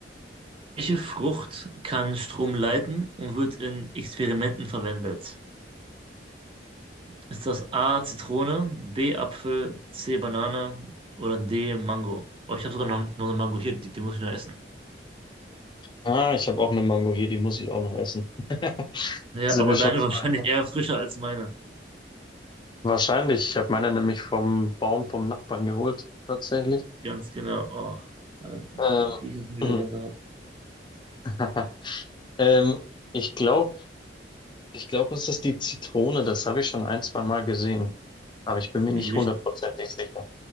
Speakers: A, on the right (about 30°); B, on the left (about 25°).
A: welche Frucht kann Strom leiten und wird in Experimenten verwendet? Ist das A Zitrone, B Apfel, C Banane oder D Mango? Oh, ich habe sogar noch, noch eine Mango hier, die, die muss ich noch essen.
B: Ah, ich habe auch eine Mango hier, die muss ich auch noch essen. <laughs>
A: Ja,
B: Sind
A: aber
B: wir
A: deine
B: schon zwei?
A: wahrscheinlich eher frischer als meine.
B: Wahrscheinlich. Ich habe meine nämlich vom Baum vom Nachbarn geholt, tatsächlich.
A: Ganz genau. Oh, da,
B: Ähm,
A: da kriege ich jetzt wieder
B: mhm.
A: Gänsehaut.
B: <laughs> ähm, ich glaube, ich glaube, es ist die Zitrone. Das habe ich schon ein, zwei Mal gesehen. Aber ich bin mir
A: Hm,
B: nicht
A: Richtig.
B: hundertprozentig sicher.